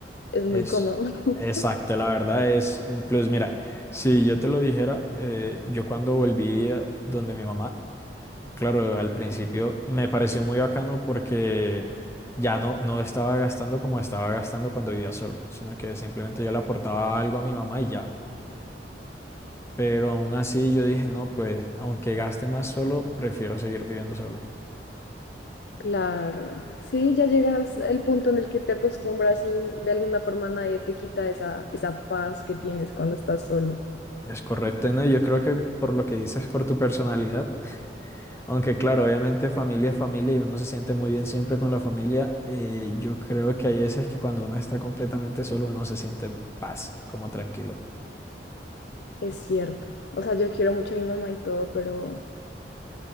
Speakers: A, on the left; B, on the left.
A: es muy
B: es
A: cómodo. <laughs>
B: exacto, la verdad es un plus. Mira, si yo te lo dijera, eh, yo cuando volví a donde mi mamá, Claro, al principio me pareció muy bacano porque ya no, no estaba gastando como estaba gastando cuando vivía solo, sino que simplemente yo le aportaba algo a mi mamá y ya. Pero aún así yo dije, no, pues aunque gaste más solo, prefiero seguir viviendo solo.
A: Claro, sí, ya llegas al punto en el que te acostumbras y de alguna forma nadie te quita esa, esa paz que tienes cuando estás solo.
B: Es correcto, ¿no? Y Yo creo que por lo que dices, por tu personalidad, aunque claro, obviamente familia es familia y uno se siente muy bien siempre con la familia, eh, yo creo que hay veces que cuando uno está completamente solo, uno se siente en paz, como tranquilo.
A: Es cierto. O sea, yo quiero mucho a mi mamá y todo, pero